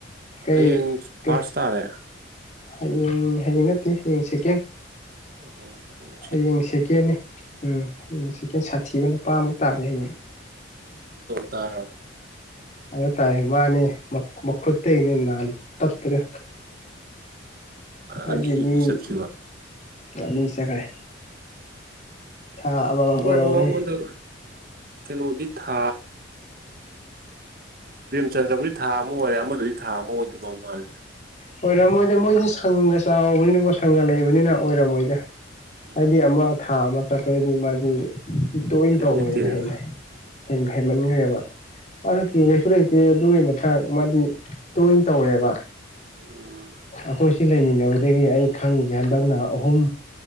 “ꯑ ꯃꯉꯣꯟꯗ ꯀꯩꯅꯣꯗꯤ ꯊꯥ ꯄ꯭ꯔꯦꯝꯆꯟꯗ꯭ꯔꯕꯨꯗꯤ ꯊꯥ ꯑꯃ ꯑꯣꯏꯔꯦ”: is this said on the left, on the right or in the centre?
Right